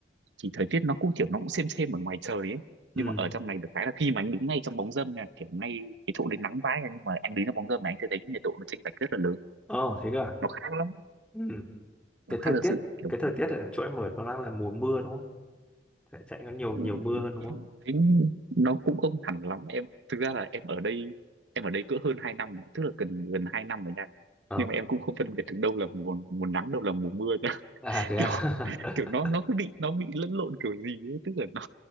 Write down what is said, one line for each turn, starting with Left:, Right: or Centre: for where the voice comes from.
Right: thì thời tiết nó cũng kiểu nó cũng xem xem ở ngoài trời ấy
Centre: ừ
Right: nhưng mà ở trong này được cái là khi mà anh đứng ngay trong bóng râm nha kiểu ngay cái chỗ đến nắng vãi nha, nhưng mà anh đứng trong bóng râm này anh sẽ thấy cái nhiệt độ nó chênh lệch rất là lớn
Centre: ờ thế cơ à
Right: nó khác lắm
Centre: ừ.
Right: nó
Centre: cái
Right: khác
Centre: thời
Right: thật
Centre: tiết
Right: sự kiểu
Centre: cái thời tiết ở chỗ em ở nó đang là mùa mưa đúng không chạy chạy có nhiều nhiều
Right: ừ,
Centre: mưa hơn đúng
Right: em
Centre: không
Right: thấy nó cũng không hẳn lắm em thực ra là em ở đây em ở đây cỡ hơn 2 năm tức là gần gần 2 năm rồi nha
Centre: ờ
Right: nhưng mà em cũng không phân biệt được đâu là mùa mùa nắng đâu là mùa mưa
Centre: à thế
Right: kiểu
Centre: à <laughs>
Right: kiểu nó nó cứ bị nó bị lẫn lộn kiểu gì ấy tức là nó